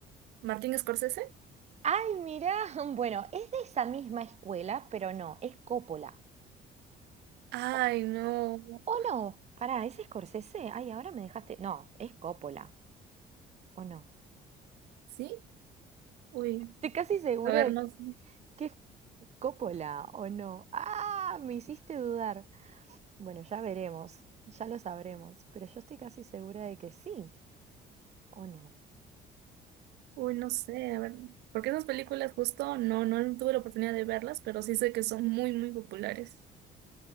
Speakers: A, on the right; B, on the right.
A: Martín Scorsese.
B: Ay, mirá, <laughs> bueno, es de esa misma escuela, pero no, es Coppola.
A: Ay,
B: ¿O
A: no.
B: o no? Pará, ¿es Scorsese? Ay, ahora me dejaste. No, es Coppola, ¿o no?
A: ¿Sí? Uy,
B: Estoy casi segura
A: a ver,
B: de
A: no, sé.
B: que es Coppola o no. Ah, me hiciste dudar. Bueno, ya veremos, ya lo sabremos, pero yo estoy casi segura de que sí o no.
A: uy, no sé, a ver, porque esas películas justo no, no tuve la oportunidad de verlas, pero sí sé que son muy, muy populares.